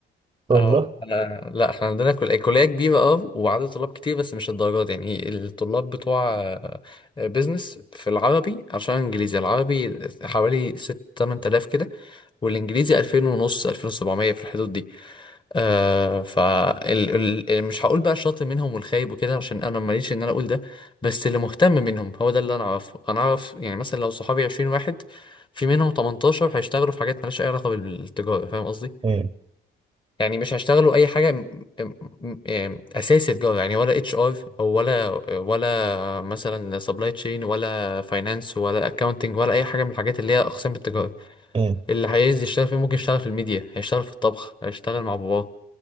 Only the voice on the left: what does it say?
اه آه، لا احنا عندنا كل... كلية كبيرة اه وعدد طلاب كتير بس مش الدرجات دي. يعني الطلاب بتوع بيزنس في العربي عشان انجليزي العربي حوالي 6 8000 كده والانجليزي 2000 ونص 2700 في الحدود دي آه ف ال... ال... ال- مش هقول بقى الشاطر منهم والخايب وكده عشان انا ماليش ان انا اقول ده بس اللي مهتم منهم هو ده اللي انا اعرفه انا اعرف يعني مثلا لو صحابي 20 واحد في منهم 18 هيشتغلوا في حاجات مالهاش اي علاقه بالتجاره فاهم قصدي
يعني مش هيشتغلوا اي حاجه م... م... م... اساسي تجاره يعني ولا اتش ار ولا ولا مثلا سبلاي تشين ولا فاينانس ولا اكاونتنج ولا اي حاجه من الحاجات اللي هي اقسام التجاره
اللي هيعايز يشتغل فيه ممكن يشتغل في الميديا هيشتغل في الطبخ هيشتغل مع باباه